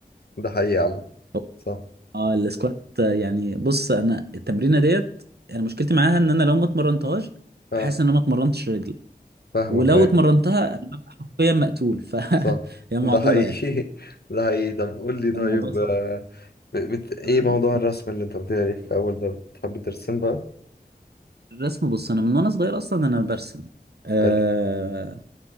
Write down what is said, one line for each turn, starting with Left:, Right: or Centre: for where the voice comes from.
Left: ده حقيقي عامة
Right: هو-
Left: صح
Right: اه السكوات آه، يعني بص انا التمرينه ديت انا مشكلتي معاها ان انا لو ما اتمرنتهاش
Left: اه
Right: احس ان انا ما اتمرنتش رجلي
Left: فاهمك
Right: ولو
Left: ايوه
Right: اتمرنتها فيا مقتول ف <laughs>
Left: صح
Right: هي معضله
Left: ده حقيقي
Right: يعني
Left: <laughs> ده حقيقي طب قول لي طيب
Right: الموضوع صعب
Left: آه، ب- بت... ايه
Right: آه،
Left: موضوع
Right: بس-
Left: الرسم اللي انت قلت لي عليه في الاول ده بتحب ترسم بقى
Right: الرسم بص انا من وانا صغير اصلا انا برسم آه،
Left: حلو